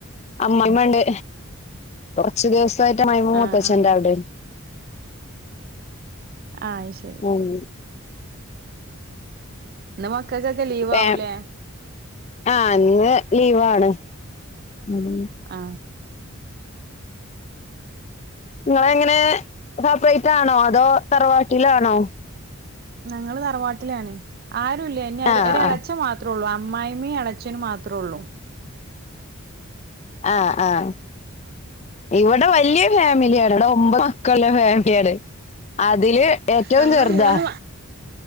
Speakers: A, on the left; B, on the right.
A: അമ്മയിമ്മണ്ട് കുറച്ച ദിവസം റ്റെ അമ്മായിമ്മ മൂത്തച്ചന്റ്
B: ആഹ് ആഹ്
A: അവിടെനു
B: ആ ശരി
A: ഉം
B: ഇന്ന് മക്കൾക്കൊക്കെ ലീവ്
A: പെമ്
B: ആവൂലേ
A: അഇന്ന് ലീവാണ് ഉം
B: അ
A: ഇങ്ങളെങ്ങനെ സെപ്പറയ്റ്റാണോ അതോ തറവാട്ടിലാണോ
B: ഞങ്ങള് തറവാട്ടിലാണ്. ആരുല്ല ഇനി ഒര
A: ആഹ്
B: ഒരളച്ചൻ
A: ആഹ്
B: മാത്രൊള്ളു അമ്മായിമ്മീം എളച്ചനും മാത്രൊള്ളൂ
A: ആഹ് ആഹ് ഇവടെ വല്ല്യ ഫാമില്യാണ്. ഇവടെ ഒമ്പത് മക്കൾള ഫാമിലിയാണ്. അതില് ഏറ്റവും
B: ഞങ്ങള്
A: ചെറ്താ.
B: മൂന്ന്